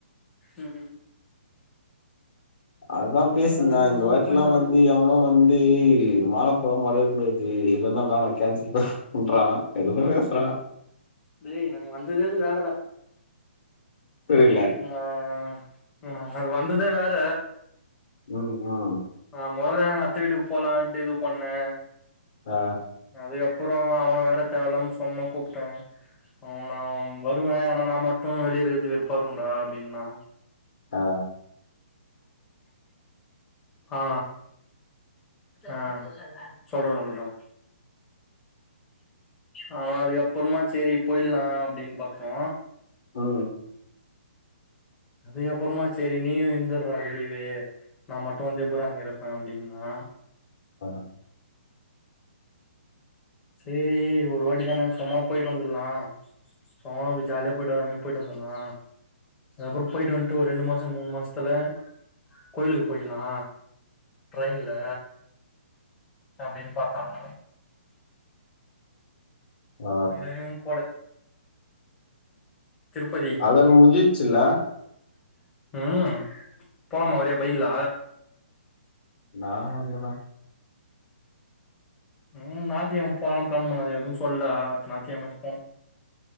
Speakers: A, on the left (about 15°); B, on the left (about 50°).
A: ம்ம்
B: அதா
A: அதெல்லா
B: பேசின்ந்தா
A: ரெண்டு
B: இந்த
A: மூணு
B: வாட்டிலா
A: போயினுக்கிறானுங்க
B: வந்து எவனு வந் து மாலப்புழா மறைய கூடாது இல்லனா வேனா கேன்சல் ண்றா எதோதோ பேசுறா
A: டேய் நாங்க வந்ததே அது வேறடா
B: புரில்ல
A: ஆ ஆ நம்ம அது வந்ததே வேற
B: ம் ம்
A: நா மொதல்ல எங்க அத்த வீட்டுக்கு போலான்ட்டு இது பண்ணே
B: ஆ
A: அதுக்கப்புறோ அவன வேற தேவையில்லாம சொம்மா கூப்ட்ட அவ நா வருவ ஆனா நா மட்டு வெளிய இருக்கிறது வெறுப்பா இருக்கூடா அப்டின்னா
B: ஆ
A: ஆ ஆ சொல்ற சொல்ற ஆமா அதுக்கப்புறமா செரி போயிலா அப்டின் பாத்தோ
B: அ அ
A: அதுக்க அப்புறமா சேரி நீயு இருந்துற்றா வெளியவே நா மட்டு வந்து எப்புறா இங் அப்டின்னா
B: ஆ
A: சேரி ஒரு வாட்டி தான சும்மா போயிட்டு வந்துல்லா சோ அப்டி ஜாலியா போயிட்டு வர மாரி போயிட்டு வந்துல்லா அதுப்புற போயிட்டு வந்துட்டு ஒரு ரெண்டு மாச மூணு மாச த்தல கோயிலுக்கு போயிக்கிலா ட்ரெயின்ல அப்டின் பாத்தாங்க
B: ஆ,
A: வேற எங்கயு போல திருப்பதி
B: அதெல்லாம் முடிஞ்சிச்சுல
A: ம் போலாமா வரியா பைக்கில
B: நா வர்லடா
A: ம் நாத்திகெழம போலான் ப்ளான் பண்ணது எதுவு சொல்ல அத்த நாத்திகெழம போனு